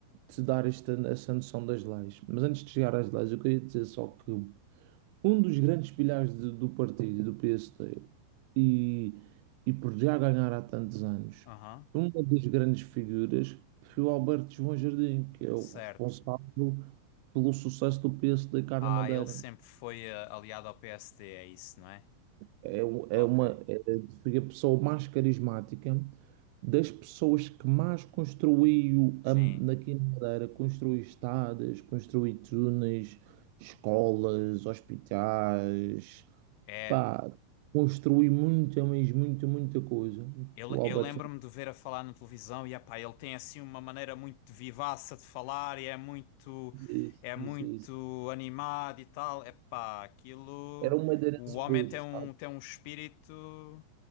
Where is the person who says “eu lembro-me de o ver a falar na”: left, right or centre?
Left